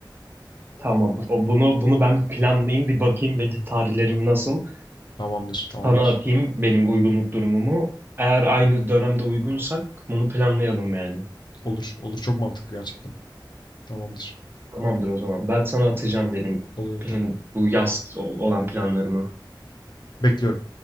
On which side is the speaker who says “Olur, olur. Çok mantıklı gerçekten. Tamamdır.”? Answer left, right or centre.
Left